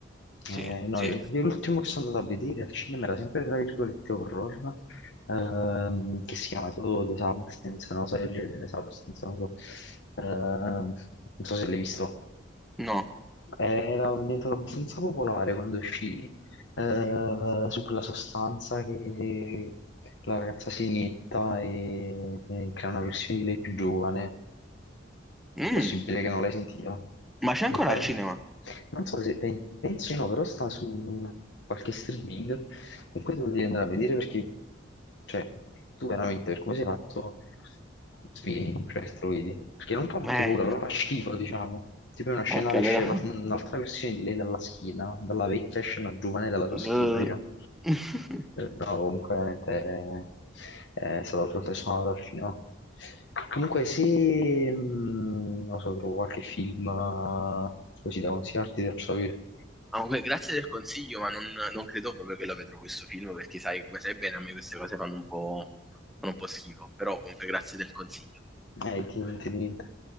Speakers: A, in the centre; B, on the left.
A: sì,
B: Eh, no,
A: sì.
B: io, io l'ultimo che sono andato a vedere al cinema era sempre tra virgolette horror, ehm, che si chiama tipo The Substance, una cosa del genere, Substance, non so, Ehm, non so se l'hai visto.
A: No.
B: Era diventato abbastanza popolare quando uscì, eh, su quella sostanza che la ragazza si inietta e, e crea una versione di lei più giovane.
A: Mm,
B: È possibile che non l'hai sentita.
A: ma c'è
B: Comunque,
A: ancora il cinema?
B: non so se pe- pensi o no, però sta su qualche streaming Comunque devo dire andare a vedere perché, cioè, tu veramente per come sei fatto, svieni, cioè, struvidi. Perché non fa molto
A: Eh,
B: paura, però fa schifo, diciamo. Tipo è una scena,
A: ok,
B: le
A: allora...
B: esce una-
A: <laughs>
B: <laughs> un'altra versione di lei dalla schiena, dalla vecchia esce una giovane dalla sua
A: Eh.
B: schiena, diciamo.
A: <laughs>
B: Eh, No, comunque veramente è, è stato professionale dal film. Comunque se, mh, non so, trovo qualche film eh, così da consigliarti, ti faccio sapere.
A: Comunque, grazie del consiglio, ma non, non credo proprio che lo vedrò questo film, perché sai, come sai bene, a me queste cose fanno un po', fanno un po' schifo, però comunque grazie del consiglio.
B: Eh, ti niente, di niente.